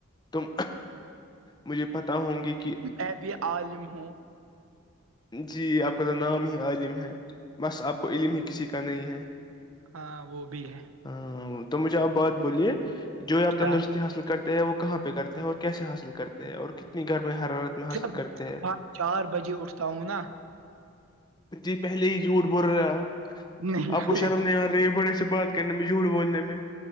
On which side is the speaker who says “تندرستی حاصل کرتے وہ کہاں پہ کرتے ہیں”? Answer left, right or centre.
Left